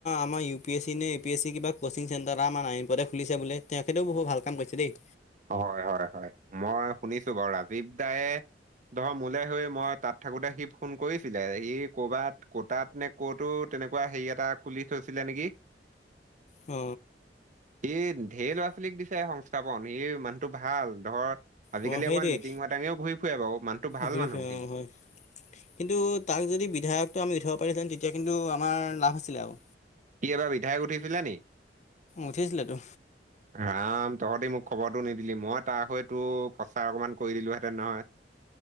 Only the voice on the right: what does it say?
হয়, হয়, হয়, মই শুনিছো বাৰু ৰাজীৱ দায়ে ধৰ মোলে হৈ মই তাত থাকোতে সি ফোন কৰিছিলে ই কৰবাত ক'তাত নে ক'তোত তেনেকুৱা হেৰি এটা খুলি থৈছিলে নেকি?
সি ঢেৰ ল'ৰা ছোৱালীক দিছে সংস্থাপন সি মানুহটো ভাল ধৰ আজিকালি
অকণমান মিটিং মাটঙেও ঘূৰি ফুৰে বাৰু মানুহটো ভাল
মানুহ
সি
সি এইবাৰ বিধাইক উঠিছিলে নি
ৰাম তহঁতি মোক খবৰটো নিদিলি মই তাৰ হৈতো প্ৰচাৰ অকণমান কৰি দিলোঁহেঁতেন নহয়